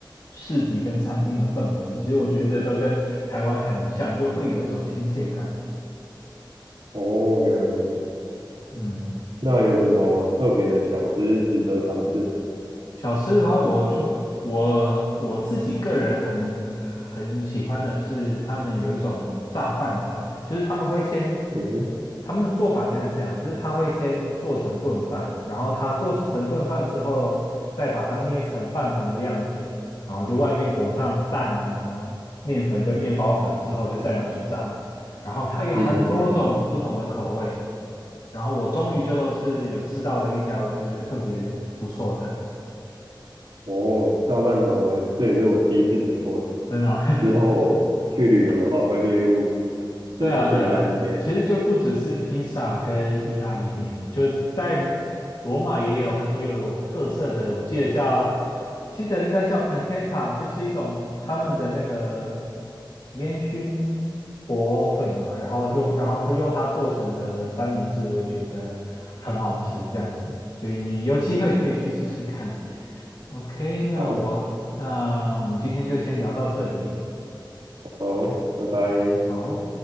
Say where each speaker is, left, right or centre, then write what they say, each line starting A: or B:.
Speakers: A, on the left; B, on the right.
A: 市集跟餐厅的氛围，其实我觉得都跟台湾很像，就会有一种亲切感。
B: 哦，原来如此。
A: 嗯。
B: 那有什么特别的小吃值得尝试？
A: 小吃的话，我就我我自己个人很很喜欢的是，他们有一种炸饭团，就是他们会先，
B: 嗯哼，
A: 他们做法应该是这样，就是他会先做成炖饭，然后他做成炖饭之后，再把它捏成饭团的样子，然后就外面裹上蛋啊、面粉跟面包粉之后，就再拿去炸，然后它有很多种不同的口味，
B: 嗯哼哼，
A: 然后我终于就是有吃到了一家我觉得特别不错的。
B: 哦，炸饭团我也这也是我第一次听过，
A: 真的啊 <laughs>
B: 之后我去旅游的话会列入
A: 对啊，
B: 吃的清单里面。
A: 对啊，其实就不只是披萨跟意大利面，就是在罗罗马也有很有特色的，我记得叫，记得应该叫 pancetta，就是一种他们的那个烟熏火腿嘛，然后就然后就用它做成的三明治，我也觉得很好吃，这样子，所以你有机会可以去试试看。
B: 嗯哼，
A: OK，那我那我们今天就先聊到这里，
B: 好，好，拜拜。
A: 好。